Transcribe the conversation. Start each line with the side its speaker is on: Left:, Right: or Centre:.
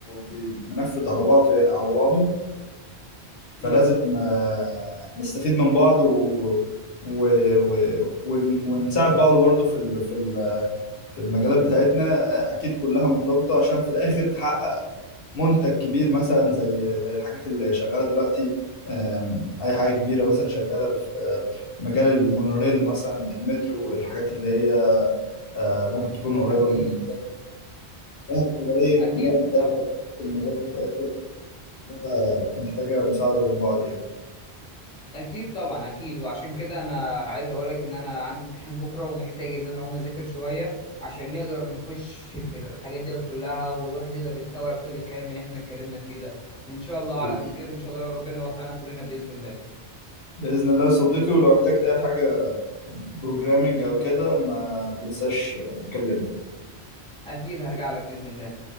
Left: بي- منفذ على بعضه على بعضه فلازم
Centre: امم
Left: آه، نستفيد من بعض و... و... و... ون... ونساعد بعض برضو في ال... في ال... في المجالات بتاعتنا آه، اكيد كلها مرتبطة عشان في الاخر تحقق منتج كبير مثلا زي زي الحاجات اللي شغالة دلوقتي آم، اي حاجة كبيرة مثلا شغالة في آه، مجال المونوريل مثلا المترو الحاجات اللي هي آه، ممكن تكون قريبة
Centre: اكيد
Left: من شغلها بتبقى ايه
Centre: اكيد
Left: كلها مرتبطة
Centre: طبعا
Left: في المجال في الاخر كلها محتاجة مساعدة من بعض
Centre: اكيد طبعا اكيد وعشان كده انا عايز اقول لك ان انا عندي امتحان بكره ومحتاج ان انا اقوم اذاكر شويه عشان نقدر نخش في الحاجات ديت كلها والواحد يقدر يستوعب كل الكلام اللي احنا اتكلمنا فيه ده وان شاء الله
Left: يعني
Centre: على خير وان شاء الله ربنا يوفقنا كلنا باذن الله
Left: بإذن الله يا صديقي ولو احتجت أي حاجة بروجرامنج أو كده ما تنساش تكلمني
Centre: اكيد هرجع لك باذن الله